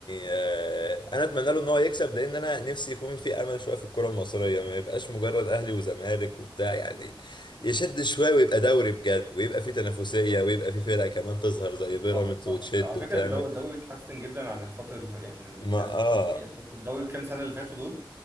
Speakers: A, on the left (about 60°); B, on the right (about 25°).
A: آه، انا اتمنى له ان هو يكسب لان انا نفسي يكون في امل شويه في الكره المصريه ما يبقاش مجرد اهلي وزمالك وبتاع يعني يشد شويه ويبقى دوري بجد ويبقى في تنافسيه ويبقى في فرق كمان تظهر زي بيراميدز
B: صح صح
A: وتشد
B: على فكره
A: وتعمل
B: الدو- الدوري اتحسن جدا عن الفتره الف... يعني اللي
A: ما
B: فاتت
A: اه
B: يعني الدوري الكام سنه اللي فاتوا دول